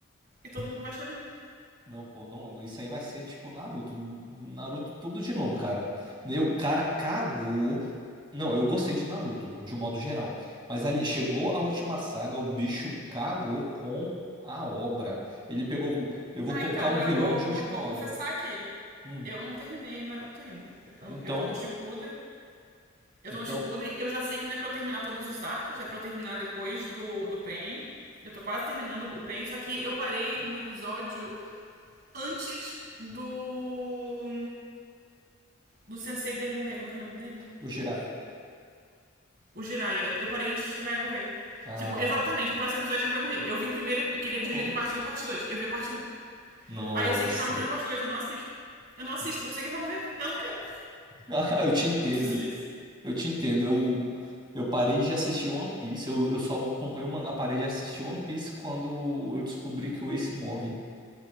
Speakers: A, on the right; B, on the right.
A: e todo mundo vai achar lindo.
B: Não, pô, não, não, isso aí vai ser tipo Naruto. Naruto tudo de novo, cara. Né, O cara cagou. Não, eu gostei de Naruto, de um modo geral. Mas ali chegou a última saga, o bicho cagou com a obra. Ele pegou. Eu vou
A: Ah,
B: colocar
A: então,
B: um
A: eu
B: vilão
A: vou,
B: de
A: vou,
B: última
A: vou
B: hora.
A: confessar aqui.
B: Hum.
A: Eu não terminei Naruto ainda. Eu,
B: Então.
A: eu tô no Shippuden Eu
B: Então,
A: tô no Shippuden. Eu já sei que não é pra eu terminar todos os arcos, é pra eu terminar depois do, do Pain. Eu tô quase terminando o Pain, só que eu parei no episódio antes do. do sensei dele morrer. Como é que é o nome dele?
B: O Jiraiya.
A: O Jiraiya. Eu, parei antes do Jiraiya morrer.
B: Ah.
A: Tipo, exatamente, o próximo episódio ele vai morrer. Eu vi o primeiro, que ele
B: Oh.
A: é dividido em parte um e parte 2. Eu vi a parte um.
B: Nossa.
A: Aí eu sei que ele vai morrer na parte 2. eu não assisto. Eu não assisto,
B: <laughs>
A: porque eu sei que ele vai morrer. Eu não quero.
B: Ah, eu te entendo.
A: Não preciso disso.
B: Eu te entendo. Eu, eu parei de assistir One Piece. Eu, eu só acompanho o mangá. Parei de assistir One Piece quando eu descobri que o Ace morre.